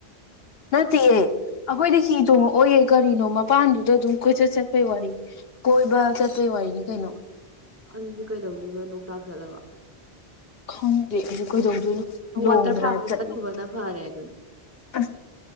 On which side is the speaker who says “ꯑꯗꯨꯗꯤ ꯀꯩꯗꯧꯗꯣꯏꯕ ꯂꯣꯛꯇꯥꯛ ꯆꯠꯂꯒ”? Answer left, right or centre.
Right